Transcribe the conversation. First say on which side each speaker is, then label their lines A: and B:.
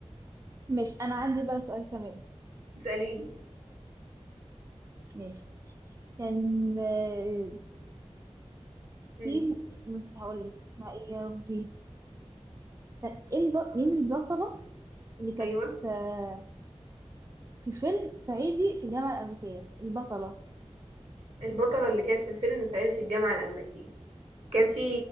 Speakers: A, on the right; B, on the right.
A: ماشي انا عندي بقى سؤال كمان
B: تسأليني
A: ماشي كان آه،
B: مم.
A: في مس هقول لك اسمها ايه يا ربي كان ايه الب... مين البطله اللي كانت
B: ايوه
A: آه، في فيلم صعيدي في الجامعه الامريكيه البطله
B: البطله اللي كانت في فيلم صعيدي في الجامعه الامريكيه كان في